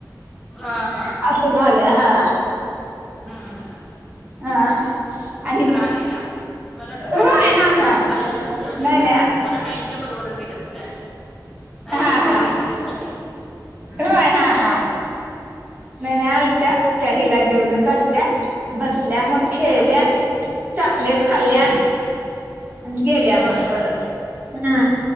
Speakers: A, in the centre; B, on the right (about 25°).
A: हा हा
B: अस झालं हा
A: हम्म
B: हा आणि
A: आलेला मला वाटलं
B: होय
A: खालीच गेल्यात
B: हा हा
A: आल्यानंतर माहीत
B: नाही
A: झालं
B: नाही
A: ताईंच्या बरोबरच गेलं कि काय आई
B: हा
A: पण बाहेर
B: हा
A: गेलत्या ना खाली
B: होय
A: हम्म
B: हा हा. नाही नाही आलत्या
A: हम्म
B: त्या हिला घेऊनच आलत्या बसल्या मग खेळल्या चॉकलेट खाल्ल्या
A: हम्म
B: गेल्या
A: होय
B: मग परत हा